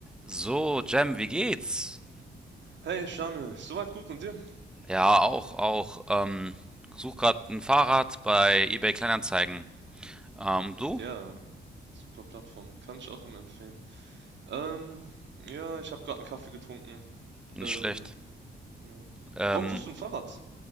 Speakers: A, in the centre; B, on the right.
A: So, Jem, wie geht's?
B: Hey Shamil, soweit gut und dir?
A: Ja, auch, auch. Ähm, such grad ein Fahrrad bei eBay Kleinanzeigen. Ähm, du?
B: Ja, super Plattform, kann ich auch immer empfehlen. Ähm, ja, ich habe gerade einen Kaffee getrunken.
A: Nicht
B: Ähm,
A: schlecht.
B: ja.
A: Ähm,
B: Warum suchst du ein Fahrrad?